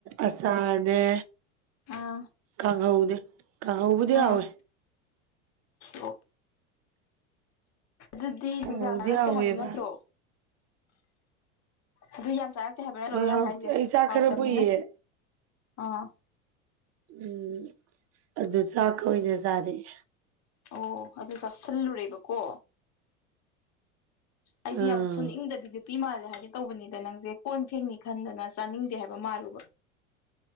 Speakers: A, on the right; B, on the left.
A: ꯑꯆꯥꯔꯅꯦ
B: ꯎꯝ
A: ꯀꯥꯡꯍꯧꯅꯦ ꯀꯥꯡꯍꯧꯕꯨꯗꯤ
B: ꯎꯝ
A: ꯍꯥꯋꯦ
B: ꯑꯣ ꯑꯗꯨꯗꯤ
A: ꯀꯥꯡꯍꯧꯗꯤ
B: ꯁꯨꯡꯌꯥꯅꯔꯛꯇꯦ
A: ꯍꯥꯎꯋꯦꯕ
B: ꯍꯥꯏꯕ ꯅꯠꯇ꯭ꯔꯣ ꯑꯗꯨ ꯌꯥꯝ ꯆꯥꯔꯛꯇꯦ ꯍꯥꯏꯕ ꯅꯇ꯭ꯔꯣꯕ
A: ꯍꯣꯏ
B: ꯅꯪ
A: ꯍꯥꯎꯇꯦ
B: ꯍꯥꯏꯁꯦ
A: ꯑꯩ ꯆꯥꯛ
B: ꯍꯥꯎꯇꯝꯅꯤꯅ
A: ꯈꯔ ꯄꯨꯏꯌꯦ
B: ꯑꯥ
A: ꯎꯝ ꯑꯗꯨ ꯆꯥꯛꯀ ꯑꯣꯏꯅ ꯆꯥꯔꯑꯦ
B: ꯑꯣ ꯑꯗꯨ ꯆꯥꯁꯤꯜꯂꯨꯔꯦꯕꯀꯣ ꯑꯩꯗꯤ
A: ꯑꯥ
B: ꯌꯥꯝ ꯁꯨꯅꯤꯡꯗꯕꯣ ꯅꯨꯄꯤ ꯃꯥꯜꯂꯦ ꯍꯥꯏꯒꯦ ꯇꯧꯕꯅꯤꯗ ꯅꯪꯁꯦ ꯀꯣꯟ ꯐꯦꯡꯅꯤ ꯈꯟꯗꯅ ꯆꯥꯅꯤꯡꯗꯦ ꯍꯥꯏꯕ ꯃꯥꯜꯂꯨꯕ